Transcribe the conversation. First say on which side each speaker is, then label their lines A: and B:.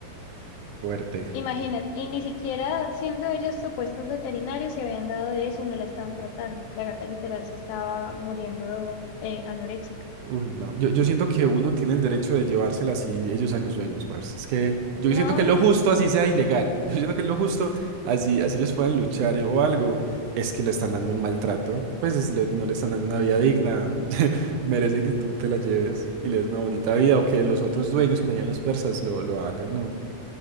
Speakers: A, on the right; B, on the left.
A: Fuerte.
B: Imagínate, y ni siquiera siendo ellos supuestos veterinarios se habían dado de eso y no la estaban tratando. La gata literal se estaba muriendo eh, anoréxica.
A: Uy, no. Yo, yo siento que uno tiene el derecho de llevársela si ellos sean los dueños, parce. Es que yo
B: No,
A: siento que es lo justo así sea ilegal. <laughs> Yo siento que es lo justo así, así ellos puedan luchar eh, o algo. Es que le están dando un maltrato. Pues es lo- no le están dando una vida digna. <laughs> Merecen que tú te la lleves y le des una bonita vida o que los otros dueños que tenían los persas lo, lo hagan, no.